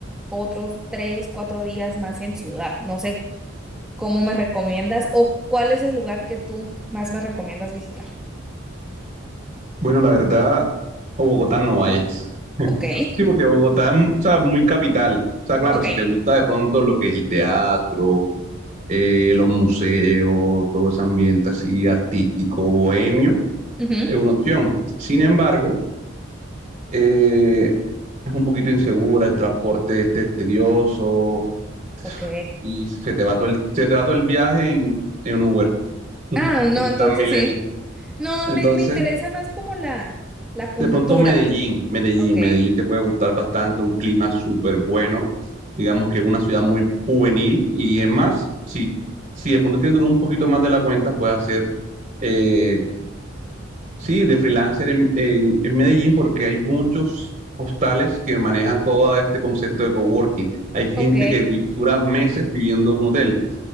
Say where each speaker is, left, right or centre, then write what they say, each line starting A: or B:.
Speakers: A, in the centre; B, on the right.
A: otros tres, cuatro días más en ciudad, no sé cómo me recomiendas o cuál es el lugar que tú más me recomiendas visitar.
B: Bueno, la verdad, a Bogotá no vayas.
A: Ok,
B: Sí, porque Bogotá es, o sea, muy capital. O sea, claro,
A: <laughs> ok,
B: si te gusta de pronto lo que es el teatro, eh, los museos, todo ese ambiente así artístico, bohemio.
A: ujú,
B: es una opción. Sin embargo, eh, es un poquito insegura, el transporte es tedioso
A: ok.
B: y se te va todo el, se te va todo el viaje en, en un Uber
A: Ah, no,
B: o en
A: entonces
B: Transmilenio.
A: sí. No,
B: Entonces,
A: me, me interesa más como la, la cultura.
B: de pronto Medellín, Medellín,
A: Ok,
B: Medellín te puede gustar bastante, un clima súper bueno. Digamos que es una ciudad muy juvenil y es más, si, si de pronto te dura un poquito más de la cuenta, puedes hacer eh, Sí, de freelancer en, en- en Medellín porque hay muchos hostales que manejan todo este concepto de coworking. Hay gente
A: ok,
B: que vi- dura meses viviendo en un hotel